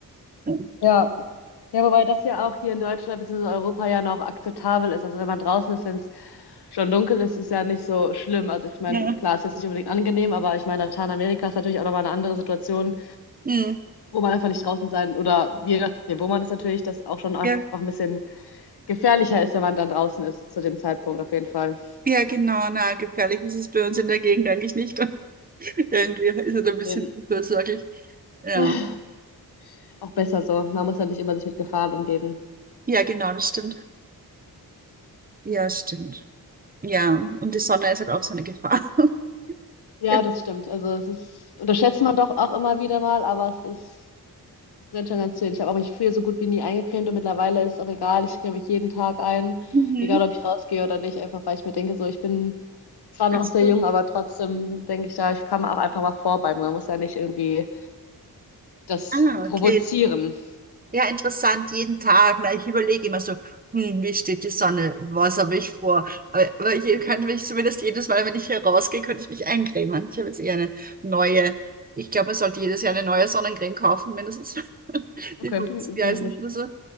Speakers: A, on the right; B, on the left.
A: rausgehen.
B: Ja. Ja, wobei das ja auch hier in Deutschland bzw. Europa ja noch akzeptabel ist. Also wenn man draußen ist, wenn es schon dunkel ist, ist ja nicht so schlimm. Also ich meine,
A: Ja.
B: klar, ist jetzt nicht unbedingt angenehm, aber ich meine, Lateinamerika ist natürlich auch nochmal eine andere Situation,
A: Hm.
B: wo man einfach nicht draußen sein oder je nachdem, wo man ist natürlich, das auch schon einfach
A: Ja,
B: ein bisschen gefährlicher ist, wenn man dann draußen ist zu dem Zeitpunkt auf jeden Fall.
A: ja, genau, na, gefährlich ist es bei uns in der Gegend eigentlich nicht. <laughs> Irgendwie ist es ein bisschen
B: Eben.
A: unversorglich. Ja.
B: <laughs> Auch besser so. Man muss ja nicht immer sich mit Gefahren umgeben.
A: Ja, genau, das stimmt. Ja, stimmt. Ja, und die Sonne ist halt auch so eine Gefahr. <laughs>
B: Ja,
A: Ja.
B: das stimmt. Also es ist, unterschätzt man doch auch immer wieder mal, aber es ist, es brennt schon ganz schön. Ich habe auch mich früher so gut wie nie eingecremt und mittlerweile ist es auch egal. Ich creme mich jeden Tag ein,
A: Mhm.
B: egal ob ich rausgehe oder nicht, einfach weil ich mir denke, so ich bin zwar noch
A: Also,
B: sehr jung, aber trotzdem denke ich da, ich kann auch einfach mal vorbei. Man muss ja nicht irgendwie das
A: ah,
B: provozieren.
A: okay. Ja, interessant, jeden Tag. Na, ich überlege immer so, hm, wie steht die Sonne? Was habe ich vor? Aber aber hier könnte mich zumindest jedes Mal, wenn ich hier rausgehe, könnte ich mich eincremen. Ich habe jetzt eher eine neue. Ich glaube, man sollte jedes Jahr eine neue Sonnencreme kaufen, mindestens. <laughs>
B: Okay,
A: Die von letzten
B: hm,
A: Jahr
B: meine
A: ist nicht
B: ich.
A: mehr so.